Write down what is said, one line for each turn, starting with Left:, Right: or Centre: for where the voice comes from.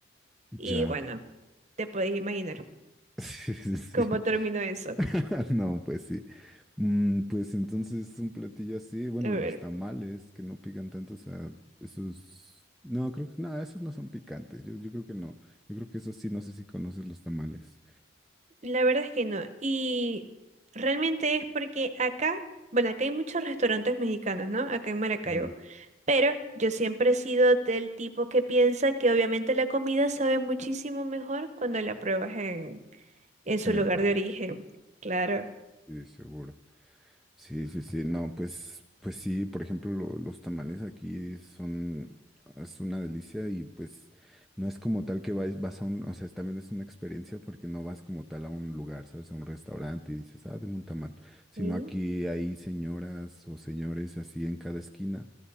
Right: Y
Centre: Ya.
Right: bueno, te podéis imaginar
Centre: <laughs> Sí, sí, sí.
Right: cómo terminó eso.
Centre: <laughs> No, pues sí. Mm, pues entonces un platillo así, bueno,
Right: A ver,
Centre: los tamales que no pican tanto, o sea, esos, no, creo que, nada, esos no son picantes, yo, yo creo que no, yo creo que esos sí, no sé si conoces los tamales
Right: la verdad es que no. Y realmente es porque acá, bueno, acá hay muchos restaurantes mexicanos, ¿no? Acá en Maracaibo.
Centre: Ujú.
Right: Pero yo siempre he sido del tipo que piensa que obviamente la comida sabe muchísimo mejor cuando la pruebas en, en su
Centre: en
Right: lugar
Centre: el país,
Right: de origen. Claro.
Centre: sí, seguro. Sí, sí, sí, no, pues, pues sí, por ejemplo, lo- los tamales aquí son, es una delicia y pues no es como tal que vas, vas a un, o sea, es- también es una experiencia porque no vas como tal a un lugar, ¿sabes? A un restaurante y dices, ah, deme un tamal, sino
Right: Ok.
Centre: aquí hay señoras o señores así en cada esquina